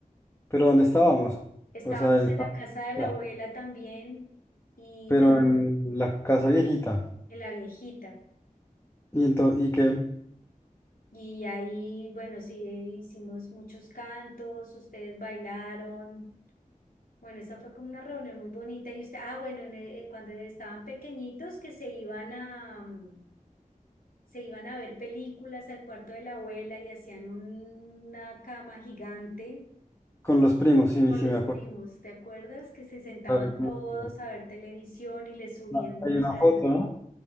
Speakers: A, on the left (about 20°); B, on the left (about 80°).
A: Pero ¿dónde estábamos?
B: Sí. Estábamos
A: O sea, el-
B: en la casa de la
A: ya,
B: abuela también y
A: Pero
B: también
A: en la casa viejita.
B: en la viejita.
A: Y entonces, y que
B: Y ahí, bueno, sí, hicimos muchos cantos, ustedes bailaron. Bueno, esa fue como una reunión muy bonita. Y usted, ah, bueno, en e- cuando estaban pequeñitos que se iban a... mm, se iban a ver películas al cuarto de la abuela y hacían una cama gigante
A: con los primos, sí,
B: con
A: sí
B: los
A: me acuerdo.
B: primos, ¿te acuerdas? Que se sentaban
A: Claro, sí
B: todos
A: me acuerdo.
B: a ver televisión y le subíamos,
A: Ah, Hay una
B: eh,
A: foto, ¿no?